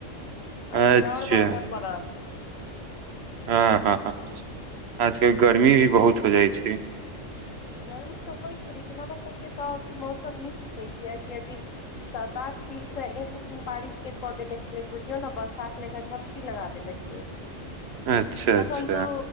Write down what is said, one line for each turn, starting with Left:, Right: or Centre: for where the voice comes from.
Right: अच्छा
Left: अखन आओर बाजऽ पड़त
Right: हँ हँ आजकल गर्मी भी बहुत हो जाइ छै
Left: गर्मी तऽ होइ छै लेकिन हमर सबके तऽ अभी मौसम नीक छै कियकि अभी सात आठ दिन से एहन बारिश के कऽ देने छलेै बुझियो ने बरसात ले क लगा दने छलै
Right: अच्छा
Left: तखन
Right: अच्छा
Left: तो